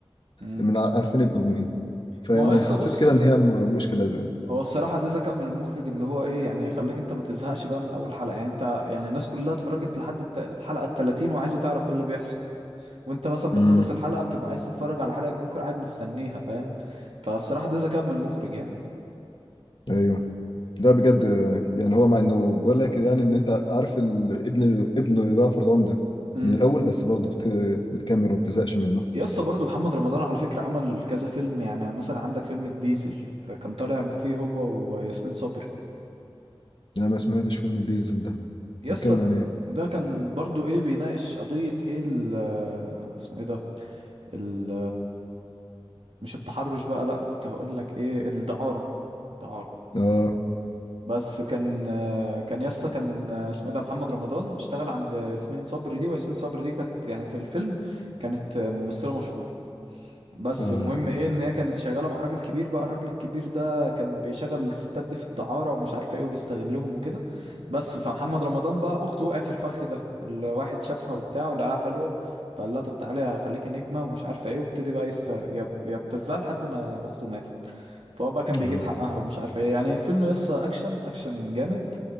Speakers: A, on the right (about 75°); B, on the left (about 55°).
A: امم
B: من عارفين ابنه مين فيعني
A: ما هو يسا
B: حسيت
A: بص
B: كده ان هي م- مشكله دي.
A: هو الصراحة ده ذكاء من المخرج اللي هو ايه يعني خلاك انت ما تزهقش بقى من اول حلقة يعني انت يعني الناس كلها اتفرجت لحد الت- الحلقة التلاتين وعايزة تعرف ايه اللي بيحصل وانت مثلا
B: امم
A: بتخلص الحلقة بتبقى عايز تتفرج على حلقة بكرة قاعد مستنيها فاهم فبصراحة ده ذكاء من المخرج يعني
B: ايوه لا بجد يعني هو مع انه بقول لك يعني ان انت عارف ال- ابن ابن جعفر العمدة ده
A: امم
B: من الاول بس برضه بت... بتكمل وما بتزهقش منه
A: يسطا برضه محمد رمضان على فكرة عمل كذا فيلم يعني مثلا عندك فيلم الديزل كان طالع فيه هو وياسمين صبري
B: لا ما سمعتش فيلم الديزل ده
A: يسطا
B: بيتكلم عن ايه
A: ده كان برضه ايه بيناقش قضية ايه ال- اسمه ايه ده ال مش التحرش بقى لا كنت هقول لك ايه الدعارة دعارة
B: اه
A: بس كان كان يسا كان اسمه ايه ده محمد رمضان اشتغل عند ياسمين صبري دي وياسمين صبري دي كانت يعني في الفيلم كانت ممثلة مشهورة بس
B: اه
A: المهم ايه ان هي كانت شغاله مع راجل كبير بقى الراجل الكبير ده كان بيشغل الستات دي في الدعاره ومش عارفه ايه وبيستغلهم وكده بس فمحمد رمضان بقى اخته وقعت في الفخ ده الواحد شافها وبتاع ولقاها حلوه فقال لها طب تعالي هخليكي نجمه ومش عارفه ايه وابتدي بقى يست... يب- يبتزها لحد ما اخته ماتت فهو بقى كان
B: اه
A: بيجيب حقها ومش عارف ايه يعني فيلم يسا اكشن اكشن جامد